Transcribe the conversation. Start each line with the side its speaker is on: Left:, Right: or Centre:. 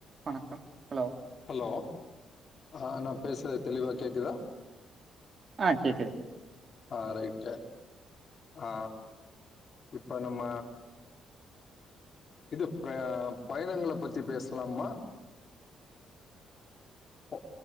Right: வணக்கம் hello
Left: hello ஆ நா பேசுறது தெளிவா கேக்குதா
Right: ஆ கேக்குது
Left: ஆ ரைட்டு ஆ இப்ப நம்ம இது ப்ரே பயணங்கள பத்தி பேசலாமா போ